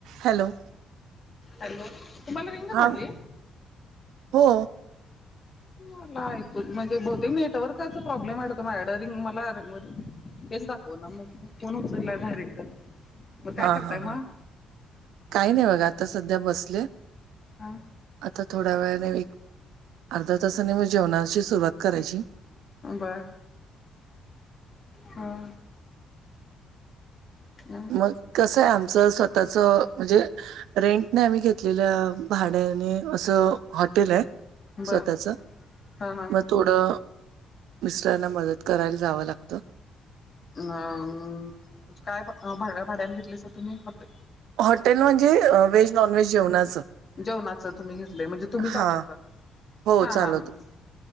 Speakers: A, on the right; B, on the left.
A: Hello.
B: Hello, तुम्हाला ring
A: हा
B: झाली.
A: हो.
B: मला ऐकू म्हणजे बहुतेक नेटवर्कचा प्रॉब्लेम आहेत. माझ्याकड रिंग मला. हेच दाखव ना मग फोन ण उचलला डायरेक्ट. मग काय
A: हा
B: करताय
A: हा
B: मग
A: हा.. काही नाही बघा आता सध्या बसले.
B: हा
A: आता थोड्या वेळाने एक, अर्ध्या तासाने मग जेवणाची सुरुवात करायची.
B: बरं हा.. ह..
A: मग कसं आहे आमचं स्वतःच म्हणजे रेंटने आम्ही घेतलेल्या भाड्याने. असं हॉटेल आहे.
B: बर
A: स्वतःच मग.
B: हा हा
A: थोडं मिस्टरांना मदत करायला जावं लागतं.
B: अ.. म्हणजे काय भा भाड्यान घेतलायसा तुम्ही हॉटेल.
A: हॉटेल म्हणजे अ व्हेज नॉन व्हेज जेवणाचं.
B: जेवणाच तुम्ही घेतले म्हणजे तुम्ही चालवता.
A: हा हो
B: हा
A: चालवतो.
B: हा मग